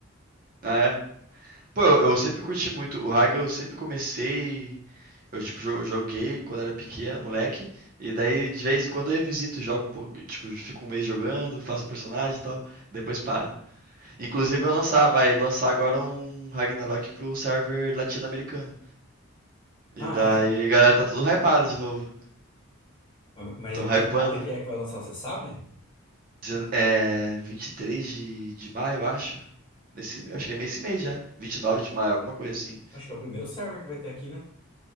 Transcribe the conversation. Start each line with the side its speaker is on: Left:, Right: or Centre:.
Right: Ah, é. Pô, eu, eu sempre curti muito. O Hagel eu sempre comecei. Eu, tipo, jo- joguei quando era pequeno, moleque. E daí, de vez em quando, eu revisito, jogo um pouco. Tipo, fico um mês jogando, faço um personagem e tal. e depois paro. Inclusive, vai lançar, vai lançar agora um Ragnarok pro server latino-americano. E
Left: Ah,
Right: daí,
Left: é?
Right: a galera tá tudo hypada de novo.
Left: Mas
Right: Tão
Left: a-
Right: hypando.
Left: que data que é que vai lançar, você sabe?
Right: Dezen- É. 23 de, de maio, acho. Nesse, acho que é esse mês já. 29 de maio, alguma coisa assim.
Left: Acho que é o primeiro server que vai ter aqui, né?